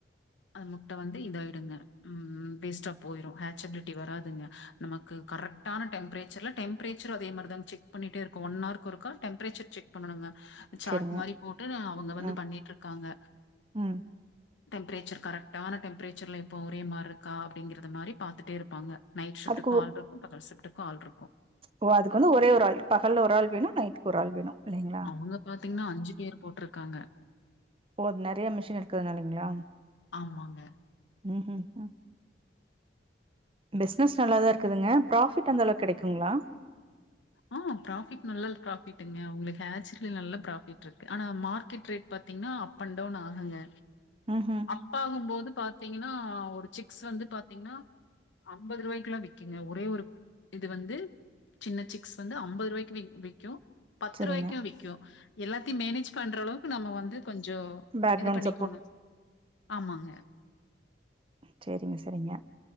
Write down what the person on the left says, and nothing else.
அந்த முட்ட வந்து இதாயிடுங்க ம் வேஸ்ட்டா போயிரு ஹேச்சபிலிட்டி வராதுங்க நம க்கு கரெக்டான டெம்பரேச்சர் டெம்ப்ரேச்சர் அதே மாதிரிதா செக் பண்ணிட்டே இருக்கு ஒன் அவர்க்கு ஒருக்கா டெம்ப்ரேச்சர் செக் பண்ணணுங்க சாட்
மாரி போட்டு அவங்க வந்து
பண்ணிட்ருக்காங்க
டெம்ப்ரேச்சர் கரெக்டான டெம்ப்ரேச்சர்ல இப்ப ஒரே மாருக்கா அப்படிங்க மாதிரி பாத்துட்டே இருப்பாங்க நைட் ஷிப்ட்க்கு
ஆள்ருக் பகல் ஷிஃப்ட்க்கு ஆள்ருக்கு
அவங்க பாத்தீங்கன்னா அஞ்சு பேர் போட்ருக்காங்க
ஆமாங்க.
ஆ ப்ராஃபிட் நல்ல ப்ராஃபிட்ங்க உங்களுக்கு ஆச்சல நல்ல ப்ராஃபிட் இருக்கு ஆனா மார்க்கெட் ரேட் பாத்தீங்கன்னா அப் அண்ட் டவுன் ஆகுங்க
அப் ஆகு போது பாத்தீங்கன்னா ஒரு சிக்ஸ் வந்து பாத்திங்கன்னா அம்பது ரூவாய்க்குல்லா விக்குங்க ஒரே ஒரு இது வந்து சின்ன சிக்ஸ் வந்து அம்பது ரூவாய்க்கு வ விக்கு பத்து
ரூவாய்க்கு விக் க்கு எல்லாத்தையு மேனேஜ் பண்ற அளவுக்கு நம்ம வந்து கொஞ்சோ
இது பண்ணிக்கோனு ஆமாங்க